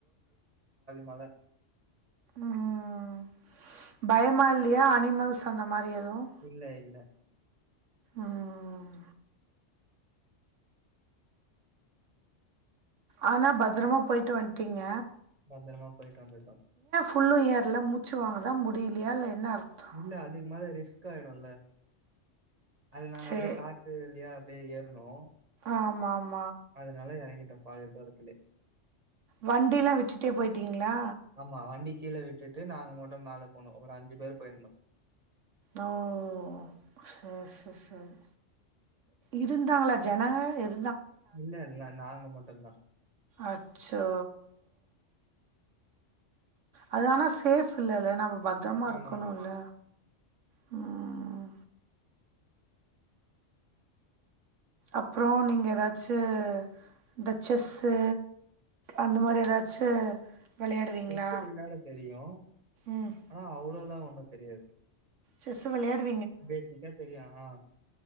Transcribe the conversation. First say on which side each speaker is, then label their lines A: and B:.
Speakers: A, on the right; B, on the right.
A: மல.
B: ம் பயமா இல்லயா அனிமல்ஸ் அந்த மாரி எது அப்றோம்
A: இல்ல, இல்ல.
B: உம் ஆனா பத்தரமா போயிட்டு வந்துட்டீங்க
A: பத்தரமா போய்ட்டு வந்துட்டோம்
B: புஃல்லும் ஏரல மூச்சு வாங்கதான் முடியலையா இல்ல என்ன அர்த்தம்
A: இல்ல அதுக்கு மேல ரிஸ்க் ஆயிடும்ல்ல அது நாங்க
B: சே
A: அப்படியே காட்டுவழிய அப்படியே ஏறனும்
B: ஆமா ஆமா
A: அதனால இறங்கிட்டேன் பாதி தூரத்துலே
B: வண்டி எல்லாம் விட்டுட்டே போயிட்டீங்களா
A: ஆமா வண்டி கீழ விட்டுட்டு நாங்க மட்டும் மேல போனோம். ஒரு பேர் போயிருந்தோம்.
B: ஓ ஓ சரி செர் செர் இருந்தாங்களா ஜனங்க அது
A: இல்ல இல்ல நாங்க மட்டும்தான்
B: அச்சோ அது ஆனா சேஃப் இல்லல்ல நம பத்திரமா
A: ஆமா.
B: இருக்கணும்ல ஹம் அப்புறம் நீங்க ஏதாச்சு இந்த செஸ்ஸு அந்த மாதிரி ஏதாச்சு விளையாடுவீங்களா?
A: செஸ்விளையாட தெரியும்
B: ம்.
A: ஆனா அவ்வளவுல்லாம் ஒண்ணும் தெரியாது
B: செஸ் வெளையாட்டு
A: பேசிக்கா தெரியாதா ஆஹ்